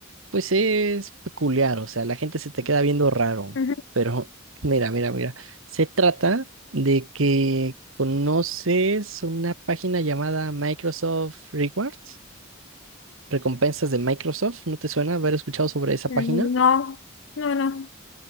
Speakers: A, on the right; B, on the left.
A: pues es peculiar, o sea, la gente se te queda viendo raro,
B: ujú.
A: pero mira, mira, mira. Se trata de que conoces una página llamada Microsoft Rewards. recompensas de Microsoft, ¿no te suena haber escuchado sobre esa
B: No,
A: página?
B: no, no.